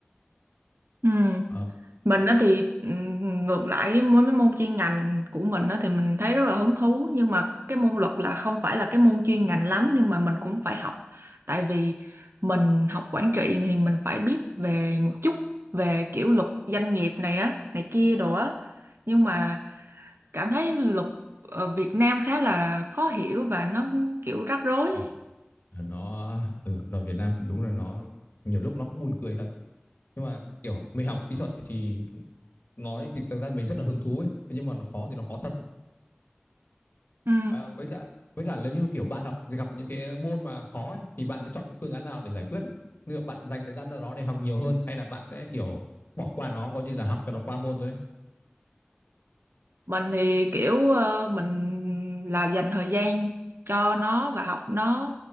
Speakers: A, on the right; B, on the left.
A: ừ
B: Ờ,
A: mình đó thì ừm, ngược lại với mấy mấy môn chuyên ngành của mình đó thì mình thấy rất là hứng thú nhưng mà cái môn luật là không phải là cái môn chuyên ngành lắm nhưng mà mình cũng phải học tại vì mình học quản trị thì mình phải biết về một chút về kiểu luật doanh nghiệp này á này kia đồ á nhưng mà cảm thấy luật ở Việt Nam khá là khó hiểu và nó kiểu rắc rối
B: à,
A: ấy.
B: nó ừ, đoàn Việt Nam thì đúng là nó nhiều lúc nó cũng buồn cười thật nhưng mà kiểu mình học kỹ thuật thì nói thì thực ra mình rất là hứng thú ấy Thế nhưng mà nó khó thì nó khó thật
A: Ừ.
B: à, với cả với cả nếu như kiểu bạn học gặp những cái môn mà khó ấy, thì bạn sẽ chọn phương án nào để giải quyết ấy? Liệu bạn dành thời gian ra đó để học nhiều hơn hay là bạn sẽ kiểu bỏ qua nó coi như là học cho nó qua môn thôi ấy?
A: mình thì kiểu ờ, mình là dành thời gian cho nó và học nó